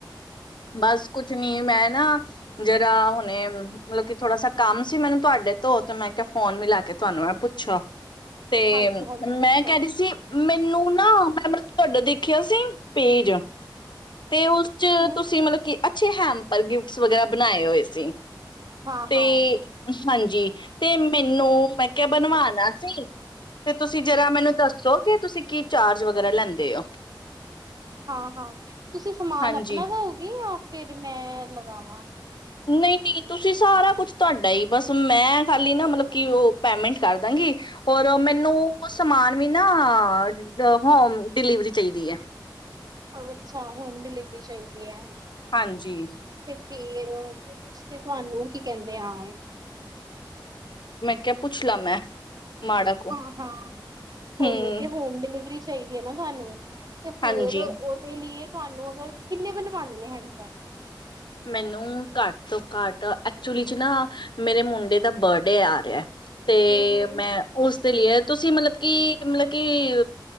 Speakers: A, on the left; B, on the right.
A: ਬਸ ਕੁਛ ਨੀ, ਮੈਂ ਨਾ ਜਿਹਰਾ ਹੁਣੇ ਮਤਲਬ ਕਿ ਥੋੜਾ ਸ ਕੰਮ ਸੀ, ਮੈਨੂੰ ਤੁਹਾਡੇ ਤੋਂ ਤੇ ਮੈਂ ਕਿਹਾ ਫੋਨ ਮਿਲਾ ਕੇ ਤੁਹਾਨੂੰ ਮ ਪੁੱਛਿਆ ਤੇ
B: ਹਾਂਜੀ-ਹਾਂਜੀ
A: ਮੈਂ
B: ਦੱਸੋ,
A: ਕਹਿ ਰਹੀ ਸੀ, ਮੈਨੂੰ ਨਾ ਮੈਂ ਮਤਲ ਤੁਹਾਡਾ ਦੇਖਿਆ ਸੀ, ਪੇਜ ਤੇ ਉਸ ਚ
B: ਹੂੰ,
A: ਤੁਸੀਂ, ਮਤਲਬ ਕੀ ਅੱਛੇ ਹੈਮ ਪਰ, ਗਿਫਟਸ ਵਗੈਰਾ ਬਣਾਏ ਹੋਏ ਸੀ
B: ਹਾਂ-ਹਾਂ,
A: ਤੇ ਹਾਂਜੀ ਜੀ, ਤੇ ਮੈਨੂੰ ਮੈਂ ਕਿਹਾ ਬਣਵਾਣਾ ਸੀ ਤੇ ਤੁਸੀਂ ਜਰਾ ਮੈਨੂੰ ਦੱਸੋ, ਕਿ ਤੁਸੀਂ ਕੀ ਚਾਰਜ ਵਗੈਰਾ ਲੈਂਦੇ ਹੋ
B: ਹਾਂ ਹਾਂ, ਤੁਸੀਂ ਸਮਾਨ
A: ਹਾਂਜੀ।
B: ਆਪਣਾ ਲਓ ਕਿ ਜਾਂ, ਫਿਰ ਮੈਂ ਲਗਾਵਾਂ
A: ਨਹੀਂ ਨਹੀਂ, ਤੁਸੀਂ ਸਾਰਾ ਕੁਛ ਤੁਹਾਡਾ ਹੀ, ਬਸ ਮੈਂ ਖਾਲੀ ਨਾ ਮਤਲਬ ਕਿ ਉਹ ਪੇਮੈਂਟ ਕਰ ਦਾਂਗੀ ਰ ਮੈਨੂੰ ਸਮਾਨ ਵੀ ਨਾ ਅਮਮ ਹੋਮ ਡਿਲੀਵਰੀ ਚਾਹੀਦੀ ਹੈ
B: ਅੱਛਾ, ਹੋਮ ਡਿਲੀਵਰੀ ਚਾਹੀਦੀ ਆ
A: ਹਾਂਜੀ।
B: ਤੇ ਫਿਰ ਉਸ ਤੇ ਤੁਹਾਨੂੰ ਕੀ ਕਹਿੰਦੇ ਆ
A: ਕੇ ਪੁੱਛਲਾ ਮੈਂ ਮਾੜਾ ਕੁ
B: ਹਾਂ ਹਾਂ ਕੋਈ
A: ਹੂੰ
B: ਨੀ ਤੇ ਹੋਮ ਡਿਲੀਵਰੀ ਚ ਚਾਹੀਦੀ ਐ ਨਾ ਤੁਹਾਨੂੰ ਤੇ ਫੇਰ
A: ਹਾਂਜੀ।
B: ਉਹਦੇ ਲੀਏ ਤੁਹਾਨੂੰ ਅਗਰ ਕਿੰਨੇ ਬਣਵਾਉਂਦੇ ਨੇ ਹੈਮਪਰ।
A: ਮੈਨੂੰ ਘੱਟ ਤੋਂ ਘੱਟ ਐਕਚੁਲੀ ਚ ਨਾ ਮੇਰੇ ਮੁੰਡੇ ਦਾ ਬਰਡੇ ਆ ਰਿਐ ਤੇ
B: ਹੂੰ-ਹੂੰ।
A: ਮੈਂ ਉਸ, ਲਿਆ ਤੁਸੀਂ ਮਤਲਬ ਕੀ ਮਤਲਬ ਕਿ